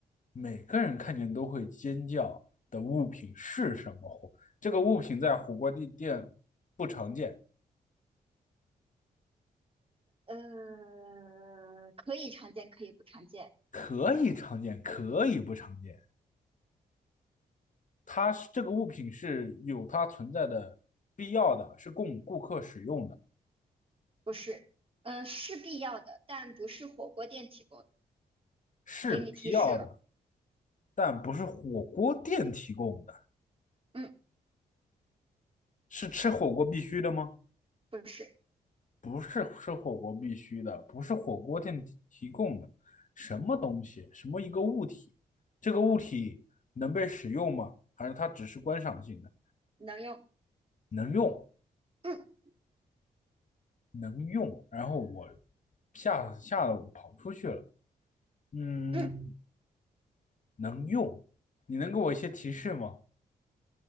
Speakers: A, on the left; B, on the right.
A: 每个人看见都会尖叫的物品是什么火？这个物品在火锅地店不常见，
B: 呃，可以常见，可以不常见，
A: 可以常见，可以不常见。它是这个物品是有它存在的必要的，是供顾客使用的，
B: 不是，呃，是必要的，但不是火锅店提供的，
A: 是必要的，
B: 给你提示了，
A: 但不是火锅店提供的，
B: 嗯，
A: 是吃火锅必须的吗？
B: 不是，
A: 不是吃火锅必须的，不是火锅店提提供的，什么东西，什么一个物体，这个物体能被使用吗？还是它只是观赏性的？
B: 能用，
A: 能用，
B: 嗯
A: 能用。然后我吓吓得我跑出去了。嗯，
B: 嗯。
A: 能用，你能给我一些提示吗？